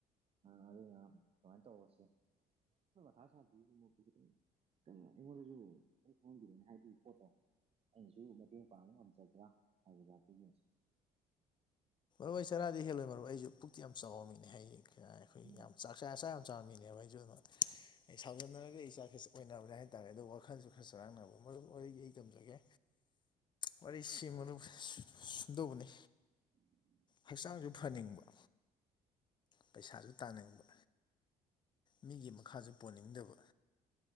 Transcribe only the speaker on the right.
ꯑ ꯇꯃꯥꯏ ꯇ ꯑꯣꯁꯦ ꯀꯊꯥꯏ ꯆ ꯃ ꯀꯩꯅꯣ ꯑꯩꯉꯣꯟꯗꯁꯨ ꯈꯪꯍꯟꯕꯤꯔꯅꯦ ꯍꯥꯏꯗꯤ ꯄꯣꯠꯇꯣ ꯑꯩꯁꯨ ꯃꯇꯦꯡ ꯄꯥꯡꯕ ꯉꯝꯖꯕ꯭ꯔꯥ ꯍꯥꯏꯕꯗ ꯑꯗꯨꯒꯤ
ꯎꯝ
ꯎꯝ